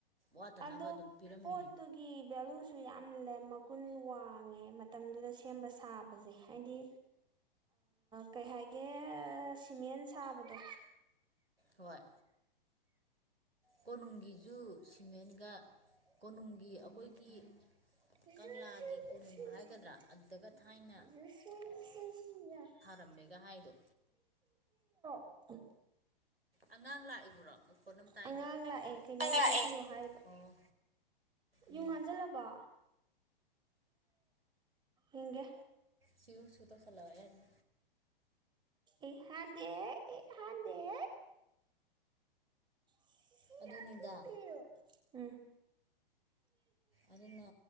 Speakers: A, on the right (about 80°); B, on the right (about 15°).
A: ꯋꯥꯠꯇꯅꯕ
B: ꯑꯗꯣ
A: ꯑꯗꯨꯝ ꯄꯤꯔꯝꯃꯤꯅꯤ
B: ꯄꯣꯠꯇꯨꯒꯤ ꯕꯂ ꯁꯨ ꯌꯥꯝꯜꯂꯦ ꯃꯒꯨꯟ ꯋꯥꯡꯉꯦ ꯃꯇꯝꯗꯨꯗ ꯁꯦꯝꯕ ꯁꯥꯕꯁꯦ ꯍꯥꯏꯗꯤ ꯀꯩ ꯍꯥꯏꯥꯏꯒꯦ ꯁꯤꯃꯦꯟ ꯁꯥꯕꯗꯣ
A: ꯍꯣꯏ ꯀꯣꯅꯨꯡꯒꯤꯁꯨ ꯁꯤꯃꯦꯟꯒ ꯀꯣꯅꯨꯡꯒꯤ ꯑꯩꯈꯣꯏꯒꯤ
B: ꯁꯁꯤ
A: ꯀꯪꯂꯥꯒꯤ ꯀꯣꯅꯨꯡ ꯍꯥꯏꯒꯗ꯭ꯔꯥ ꯑꯗꯨꯗꯒ ꯊꯥꯏꯅ ꯅꯃꯦꯒ ꯍꯥꯏꯗꯣ
B: ꯑ
A: ꯑꯉꯥꯡ ꯂꯥꯛꯏꯕ꯭ꯔꯣ ꯃꯈꯣꯟ ꯑꯃ ꯇꯥꯏꯅꯦ
B: ꯑꯉꯥꯡ ꯂꯥꯛꯑꯦ ꯀꯩꯅꯣꯝ
A: ꯑꯉꯥꯡ
B: ꯁꯦꯠꯄꯤꯌꯣ
A: ꯂꯥꯛꯑꯦ
B: ꯍꯥꯏꯕ
A: ꯑꯣ ꯎꯝ
B: ꯌꯨꯝ ꯍꯟꯖꯜꯂꯕꯣ ꯦ ꯍꯦ
A: ꯁꯤꯎ ꯁ ꯇꯧ ꯆꯂꯑꯦ ꯑꯗꯨ
B: ꯑꯦ ꯍꯥꯟꯗꯦ ꯏ ꯍꯥꯟꯗꯦꯦ ꯁꯤ
A: ꯑꯗꯨꯅꯤꯗ
B: ꯄ
A: ꯑꯗꯨꯅ